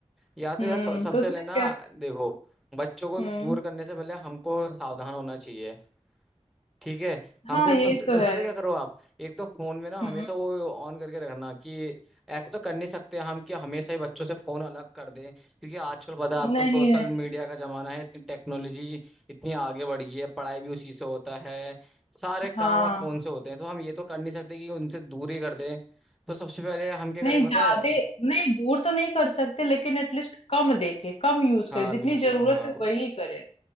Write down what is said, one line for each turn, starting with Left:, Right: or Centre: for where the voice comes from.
Centre: या तो
Left: हम्म
Centre: यार सब- सबसे
Left: तो उसमें
Centre: पहले ना
Left: क्या
Centre: देखो बच्चों को
Left: हम्म
Centre: दूर करने से पहले हमको सावधान होना चाहिए ठीक है हमको
Left: हाँ ये
Centre: सबसे
Left: तो
Centre: सबसे
Left: है
Centre: पहले क्या करो आप एक तो फोन में ना
Left: हम्म
Centre: हमेशा वो ऑन करके रखना कि ऐसा तो कर नहीं सकते हम कि हमेशा ही बच्चों से फोन अलग कर दें क्योंकि आजकल पता है आपको
Left: नहीं
Centre: सोशल
Left: नहीं
Centre: मीडिया का जमाना है इतनी टेक्नोलॉजी इतनी आगे बढ़ गई है पढ़ाई भी उसी से होता है सारे
Left: हाँ
Centre: काम अब फोन से होते हैं तो हम ये तो कर नहीं सकते कि उनसे दूर ही कर दें तो सबसे पहले हम क्या
Left: नहीं
Centre: करें पता
Left: ज्यादा
Centre: है
Left: नहीं दूर तो नहीं कर सकते लेकिन एटलीस्ट कम देखे कम यूज
Centre: हाँ
Left: करे जितनी
Centre: बिल्कुल
Left: जरूरत
Centre: हाँ
Left: है वही करे